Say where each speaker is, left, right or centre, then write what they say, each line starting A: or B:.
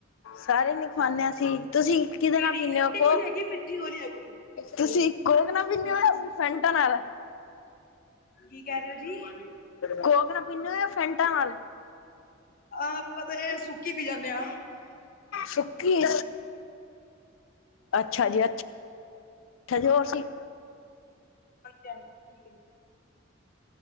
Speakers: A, on the left (about 75°); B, on the left (about 45°).
A: ਸਾਰੇ ਨੇ ਖਵਾਣੇ ਆਂ ਅਸੀਂ। ਤੁਸੀਂ ਕਿਦੇ
B: ਕਿਹੜੀ
A: ਨਾਲ ਪੀਂਣੇ
B: ਖੱਟੀ
A: ਔ ਕੋਕ,
B: ਗੋਲੀ ਹੈਗੀ ਮਿੱਠੀ ਗੋਲੀ ਹੈਗੀ
A: ਤੁਸੀਂ ਕੋਕ ਨਾ ਪੀਂਦ ਔ ਫੈਨਟਾ ਨਾਲ।
B: ਕੀ ਕਹਿ ਰਹੇ ਹੋ ਜੀ
A: ਕੋਕ ਨਾ ਪੀਨੇ ਔ ਯਾ ਫੈਂਟਾਂ ਨਾਲ?
B: ਅ ਅਪਾਂ ਤੇ ਏ ਸੁੱਕੀ ਪੀ ਜਾਂਣੇ ਆਂ।
A: ਸੁੱਕੀ, ਅੱਛਾ ਜੀ ਅੱਛਾ। ਹਜੇ ਔ ਅਸੀਂ
B: ਦੈਣ ਠੀਕ ਹੈ ਜੀ।